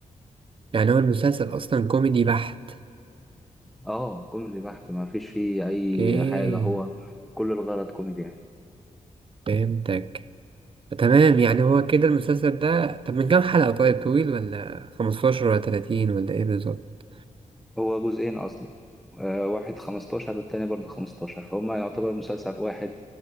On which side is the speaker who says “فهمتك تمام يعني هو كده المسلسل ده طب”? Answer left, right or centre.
Right